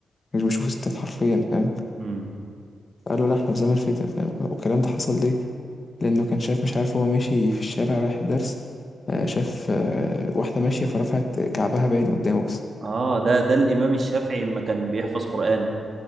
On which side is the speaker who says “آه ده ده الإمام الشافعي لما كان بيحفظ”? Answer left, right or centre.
Right